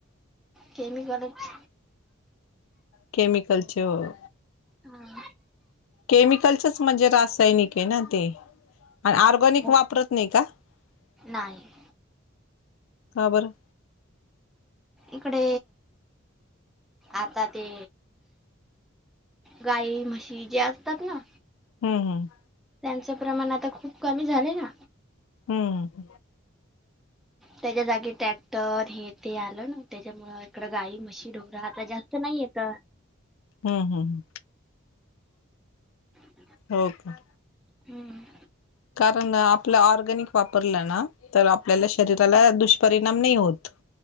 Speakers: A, in the centre; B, on the left.
A: केमिकलच
B: केमिकलचे होय
A: हा
B: केमिकलचेच म्हणजे रासायनिक आहे ना ते पण
A: हो
B: वापरत नाही का? <unintelligible>
A: नाही.
B: का बरं?
A: इकडे आता ते गाई म्हशी जे असतात ना
B: हम्म हम्म
A: त्यांचं प्रमाण आता खूप कमी झालंय ना.
B: हम्म
A: त्याच्या जागी ट्रॅक्टर हे ते आलं ना त्याच्यामुळे इकडं गाई म्हशी <unintelligible> आता जास्त नाही येत.
B: हम्म हम्म
A: <unintelligible>
B: हो का
A: हम्म
B: कारण आपलं ऑरगॅनिक वापरलं ना तर आपल्याला शरीराला दुष्परिणाम नाही होत.